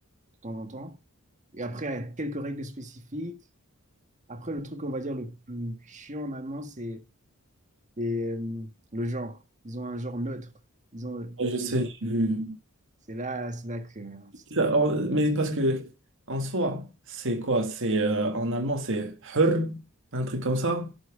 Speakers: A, on the right; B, on the right.
A: de temps en temps. Et après, il y a quelques règles spécifiques. Après, le truc, on va dire, le plus chiant en allemand, c'est les, euh, le genre. Ils ont un genre neutre. Ils ont,
B: Je sais,
A: ils ont-
B: j'ai vu.
A: c'est là, c'est là que, euh,
B: Ça, en- Mais parce que, en soi, c'est quoi? C'est euh, en allemand, c'est her, un truc comme ça.